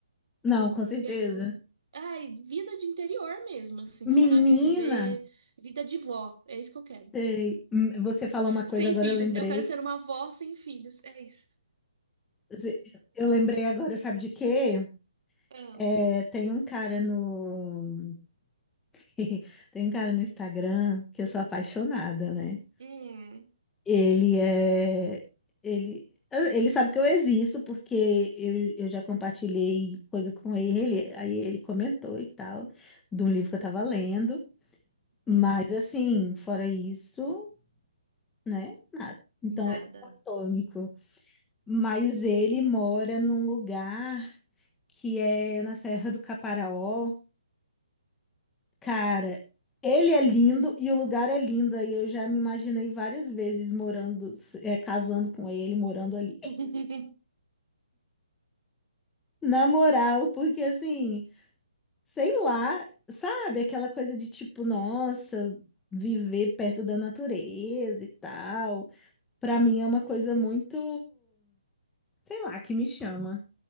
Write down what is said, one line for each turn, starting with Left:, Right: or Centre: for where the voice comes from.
Centre: não, com certeza.
Right: Quero, ai, vida de interior mesmo, assim, sabe?
Centre: Menina,
Right: Viver vida de vó, é isso que eu quero.
Centre: sei, Hum, você falou uma coisa,
Right: Sem
Centre: agora
Right: filhos,
Centre: eu lembrei,
Right: eu quero ser uma vó sem filhos, é isso.
Centre: Você- eu lembrei agora, sabe de quê?
Right: Ah,
Centre: É, tem um cara no <laughs> tem um cara no Instagram que eu sou apaixonada, né?
Right: hum.
Centre: Ele é ele ele sabe que eu existo porque eu, eu já compartilhei coisa com ele, aí ele comentou e tal, de um livro que eu tava lendo, mas
Right: Hum.
Centre: assim, fora isso, né? Nada. Então
Right: Nada.
Centre: é platônico. Mas ele mora num lugar que é na Serra do Caparaó Cara, ele é lindo e o lugar é lindo. E eu já me imaginei várias vezes morando, é, casando com ele, morando ali. <laughs>
Right: <laughs>
Centre: Na moral, porque assim, sei lá, sabe? Aquela coisa de tipo, nossa, viver perto da natureza e tal. Pra mim é uma coisa muito, sei lá, que me chama.